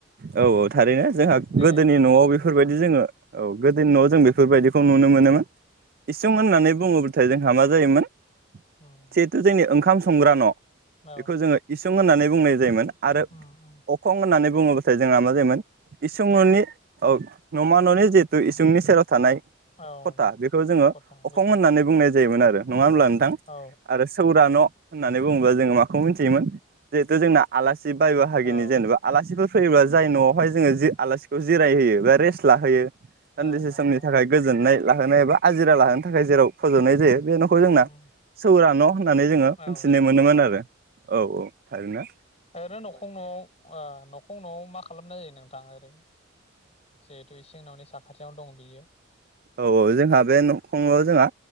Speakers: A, on the right; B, on the left.
A: औ <unintelligible> थारैनो जोंहा
B: दे
A: गोदोनि नआव
B: एसे
A: बेफोरबायदि
B: बुंदो
A: जोङो औ गोदोनि नआव जों बेफोरबायदिखौ नुनो मोनोमोन इसुं होननानै बुङोबाथाय जोंहा मा जायोमोन
B: उम
A: जिहेथु जोंनि ओंखाम संग्रा न
B: औ
A: बेखौ जोङो इ सुं होननानै बुंनाय जायोमोन। आरो
B: उम उम
A: अखं होननानै बुङो नाथाय जोंना मा जायोमोन इसं ननि ओ नमा ननि जिहेतु इसंनि सेराव थानाय
B: औ
A: खथा बेखौ जोङो
B: खथा
A: अखं
B: बेखौ
A: होननानै बुंनाय जायोमोन आरो नङा हब्ला
B: औ
A: नोंथां
B: औ
A: आरो सौर न' होननानै बुङोब्ला जोङो माखौ मिथियोमोन जिहेथु जोंना आलासि बाय बाहागिनि
B: औ
A: जेनेबा आलासि फैयोबा जाय नआवहाय जोङो जे आलासिखौ जिरायहोयो बा रेस्ट लाहोयो दान्दिसे
B: औ औ
A: समनि
B: औ
A: थाखाय गोजोननाय लाहोनो एबा आजिरा लाहोनो थाखाय जेराव फज'नाय जायो बे नखौ जोंना
B: उम
A: सौरा न होननानै जोङो
B: औ
A: मोनथिनाय
B: सौरा
A: मोनोमोन आरो औ औ थायोना
B: ओरो नखं नआव ओ नखं न मा खालामनाय जायो नोंथाङा ओरै जिहेतु इसिं नावनि साखाथियावनो दं बियो?
A: औ औ जोंहा बे नखंयाव जोंहा